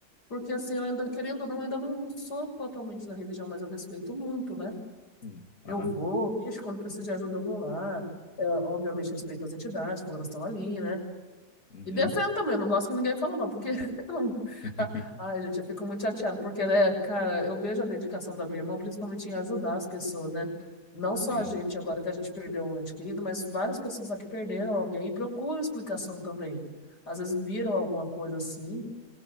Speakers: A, on the left (about 85°); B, on the left (about 55°).
A: porque assim, eu ainda, querendo ou não, ainda não, não sou totalmente da religião, mas eu respeito muito, né?
B: sim.
A: Eu
B: Aham,
A: vou, vejo quando precisa de ajuda, eu vou lá. É, obviamente respeito as entidades, quando elas estão ali, né?
B: uhum.
A: E defendo também, eu não gosto que ninguém fale mal, porque <laughs> eu não...
B: <laughs>
A: Ah, Ai, gente, eu fico muito chateada, porque, né, cara, eu vejo a dedicação da minha irmã, principalmente em ajudar as pessoas, né? Não só
B: Sim.
A: a gente, agora que a gente perdeu um ente querido, mas várias pessoas aqui perderam alguém e procuram explicação também. Às vezes viram alguma coisa assim,